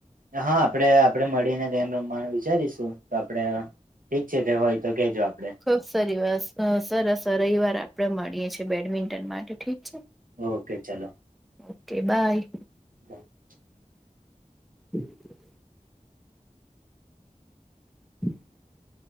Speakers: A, on the right; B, in the centre.
A: હા આપડે આપડે મળીને ગેમ રમવાનું વિચારીશું તો આપડે ઠીક છે લેવા હોય તો કેજો આપડે
B: ખુબ સારી વાત સરસ રવિવાર આપડે મળીએ છીએ બેડમિન્ટન માટે ઠીક છે.
A: ઓકે ચલો
B: ઓકે બાય.
A: <inaudible>
B: <inaudible> <inaudible>